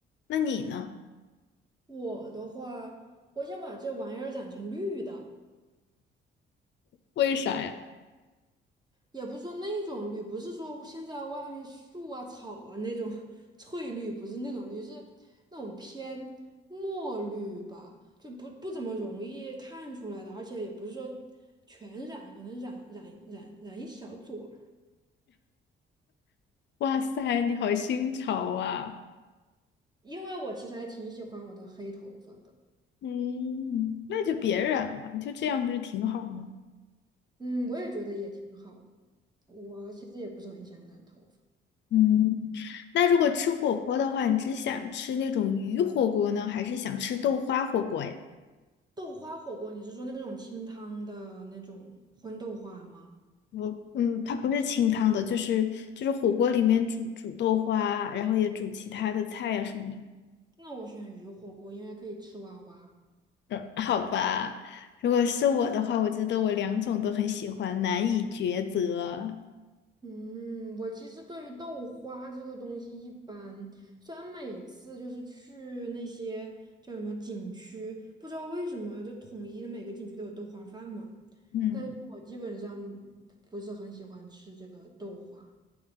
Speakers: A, on the left; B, on the right.
A: 那你呢？
B: 我的话，我想把这玩意儿染成绿的。
A: 为啥呀？
B: 也不是说那种绿，不是说现在外面树啊、草啊那种 <laughs> 翠绿，不是那种绿，是那种偏墨绿吧，就不不怎么容易看出来的，而且也不是说全染，可能染染染染一小撮儿
A: 哇塞，你好新潮啊！
B: 因为我其实还挺喜欢我的黑头发的，
A: 嗯，那就别染了，就这样不是挺好吗？
B: 嗯，我也觉得也挺好的。我其实也不是很想染头发。
A: 嗯，那如果吃火锅的话，你只想吃那种鱼火锅呢，还是想吃豆花火锅呀？
B: 豆花火锅，你是说那种清汤的那种荤豆花吗？
A: 我嗯，它不是清汤的，就是就是火锅里面煮煮豆花，然后也煮其他的菜呀、什么的。
B: 那我选鱼火锅，因为可以吃蛙蛙。
A: 嗯，好吧，如果是我的话，我觉得我两种都很喜欢，难以抉择。
B: 嗯，我其实对于豆花这个东西一般，虽然每次就是去那些叫什么景区，不知道为什么就统一的每个景区都有豆花饭嘛，
A: 嗯
B: 我基本上不是很喜欢吃这个豆花。